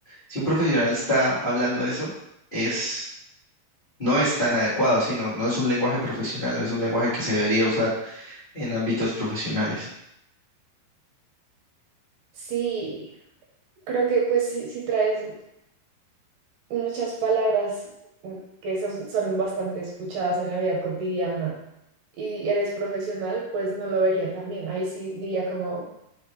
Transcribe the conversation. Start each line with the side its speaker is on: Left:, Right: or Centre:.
Left: si un profesional está hablando de eso, es, no es tan adecuado, sino no no es un lenguaje profesional, no es un lenguaje que se debería usar en ámbitos profesionales.
Right: Sí, creo que pues sí, sí traes muchas palabras mm, que son, son bastante escuchadas en la vida cotidiana y eres profesional, pues no lo vería tan bien. Ahí sí diría como,